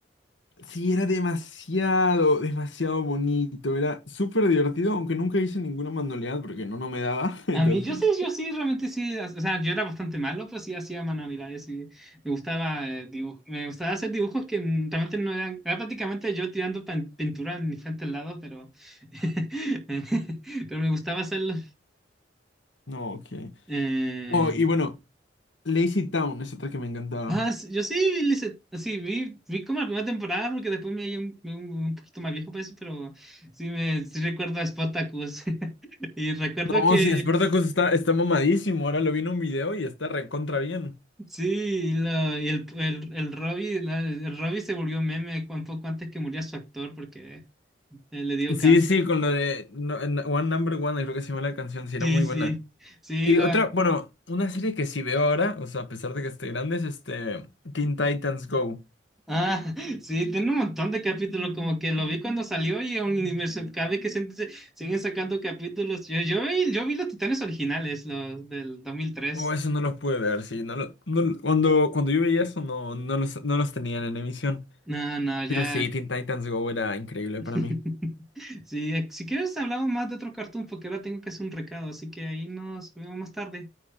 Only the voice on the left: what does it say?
Sí, era demasiado, demasiado bonito. Era súper divertido, aunque nunca hice ninguna manualidad porque no, no me daba. <laughs> Entonces,
no, ok.
Oh, y bueno, Lazy Town es otra que me encantaba.
No,
sí, Spartacus está, está mamadísimo. Ahora lo vi en un video y está recontra bien.
Sí, sí, con lo de no- en- One Number One, creo que se llama la canción, sí, era
muy
buena.
Y
otra, bueno, una serie que sí veo ahora, o sea, a pesar de que esté grande, es este Teen Titans Go.
Oh, eso no los pude ver, sí. No lo- no lo- cuando, cuando yo veía eso, no, no los, no los tenían en emisión.
Pero sí, Teen Titans Go era increíble
para mí.